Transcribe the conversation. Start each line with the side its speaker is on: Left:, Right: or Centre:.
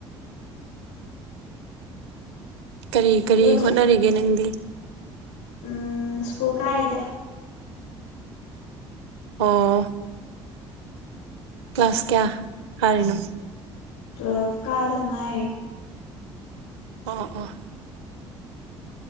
Right: ꯀꯔꯤ ꯀꯔꯤ
Left: ꯑꯗꯣ ꯆꯤ
Right: ꯍꯣꯠꯅꯔꯤꯒꯦ ꯅꯪꯗꯤ
Left: ꯎꯝ ꯁ꯭ꯀꯨꯜ ꯀꯥꯔꯤꯗ
Right: ꯑꯣ ꯀ꯭ꯂꯥꯁ ꯀꯌꯥ ꯀꯥꯔꯤꯅꯣ
Left: ꯇ꯭ꯋꯦꯜꯐ ꯀꯥꯗ ꯉꯥꯏꯔꯤ
Right: ꯑꯣ ꯑꯣ